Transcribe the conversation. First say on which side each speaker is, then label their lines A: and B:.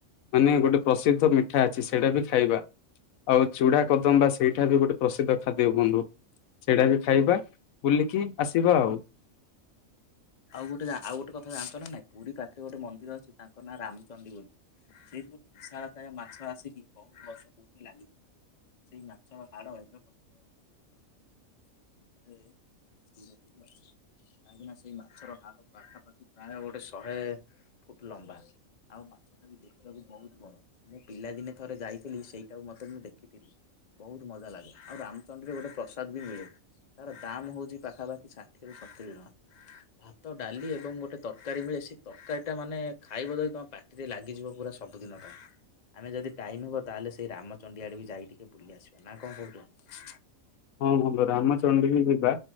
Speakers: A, on the left; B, on the left.
A: ମାନେ ଗୋଟେ ପ୍ରସିଦ୍ଧ ମିଠା ଅଛି ସେଇଟା ବି ଖାଇବା। ଆଉ ଚୁଡା କଦମ୍ବା ସେଇଟା ବି ଗୋଟେ ପ୍ରସିଦ୍ଧ ଖାଦ୍ୟ ବନ୍ଧୁ। ସେଟା ବି ଖାଇବା, ବୁଲିକି ଆସିବା ଆଉ।
B: ଆଉ ଗୋଟେ ଆଉ ଗୋଟେ କଥା ଜାଣିଛ ନା ନା, ପୁରୀ ପାଖରେ ଗୋଟେ ମନ୍ଦିର ଅଛି ତାଙ୍କ ନାଁ ରାମଚଣ୍ଡୀ ବୋଲି। ସେଠୀ ଗୋଟେ ବିଶାଳକାୟ ମାଛ ଆସିକି ବହୁତ ବର୍ଷ ପୂର୍ବ ଲାଗିଥି ସେଇ ମାଛର ହାଡ ଏବେ ମଧ୍ୟ ସେଇ ମନ୍ଦିରରେ ଶ୍ରୀ <inaudible> ବି ଅଛି, କାହିଁକି ନା ସ୍ ସେଇ ମାଛର ହାଡ ପାଖାପାଖି ପ୍ରାୟ ଗୋଟେ ଶହେ ଫୁଟ ଲମ୍ବା। ଆଉ ମାଛଟା ବି ଦେଖିବାକୁ ବହୁତ ବଡ। ମୁଁ ପିଲାଦିନେ ଥରେ ଯାଇଥିଲି ସେଇଟାକୁ ମତେ ମୁଁ ଦେଖିଥିଲି। ବହୁତ ମଜା ଲାଗେ, ଆଉ ରାମଚଣ୍ଡୀରେ ଗୋଟେ ପ୍ରସାଦ ବି ମିଳେ। ତାର ଦାମ ହଉଛି ପାଖାପାଖି ଷାଠିଏ ରୁ ସତୁରି ଟଙ୍କା। ଭାତ, ଡାଲି ଏବଂ ଗୋଟେ ତରକାରୀ ମିଳେ ସେ ତରକାରୀ ଟା ମାନେ ଖାଇବ ଯଦି ତମ ପାଟ ତିରେ ଲାଗିଯିବ ପୁରା ସବୁଦିନ ପାଇଁ ଆମେ ଯଦି ଟାଇମ ହବ ତାହେଲେ ସେଇ ରାମଚଣ୍ଡି ଆଡେ ବି ଯାଇ ଟିକେ ବୁଲି ଆସିବା ନା କଣ କହୁଚ?
A: ହଁ ବନ୍ଧୁ ରାମଚଣ୍ଡୀ ବି ଯିବା